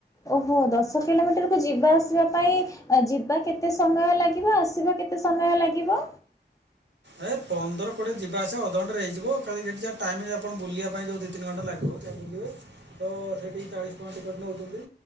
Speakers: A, on the left; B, on the right.
A: ଓହୋ ଦଶ କିଲୋମିଟର କୁ ଯିବା ଆସିବା ପାଇଁ ଯିବା କେତେ ସମୟ ଲାଗିବ? ଆସିବା କେତେ ସମୟ ଲାଗିବ?
B: ଏ ପନ୍ଦର କୋଡ଼ିଏ ଯିବା ଆସିବା ଅଧଘଣ୍ଟେ ରେ ହେଇଯିବ ଖାଲି ସେଠି ଯାହା ଟାଇମରେ ଆପଣ ବୁଲିବା ପାଇଁ ଯଉ ଦି, ତିନି ଘଣ୍ଟା ଲାଗିବ। <unintelligible> ବୁଲିବେ ତ ସେଠିକି ଚାଳିଶ ଟଙ୍କା ଟିକେଟ୍ ନେଉଛନ୍ତି